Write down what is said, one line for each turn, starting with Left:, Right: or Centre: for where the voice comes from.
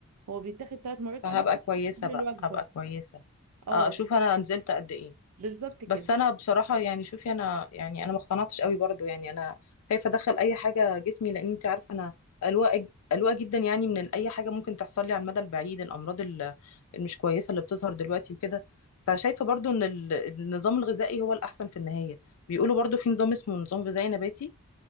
Right: هو بيتاخد ثلاث مرات
Left: فهبقى
Right: قبل
Left: كويسة
Right: قبل
Left: بقى
Right: الوجبه
Left: هبقى كويسة
Right: اه
Left: آه، اشوف انا نزلت قد ايه
Right: بالظبط كده
Left: بس انا بصراحة يعني شوفي انا يعني انا ما اقتنعتش قوي برضو يعني انا خايفة ادخل اي حاجة جسمي لان انت عارفة انا قلوقة ج- قلوقة جدا يعني من اي حاجة ممكن تحصل لي على المدى البعيد الامراض ال- المش كويسة اللي بتظهر دلوقتي وكده فشايفة برضو ان ال- النظام الغذائي هو الاحسن في النهاية بيقولوا برضو في نظام اسمه نظام غذائي نباتي